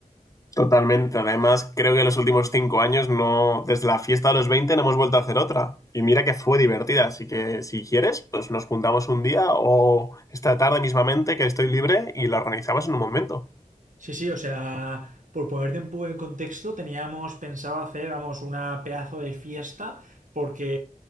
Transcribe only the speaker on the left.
Totalmente, además creo que en los últimos cinco años no, desde la fiesta de los 20, no hemos vuelto a hacer otra. Y mira que fue divertida, así que si quieres, pues nos juntamos un día o esta tarde mismamente que estoy libre y la organizamos en un momento.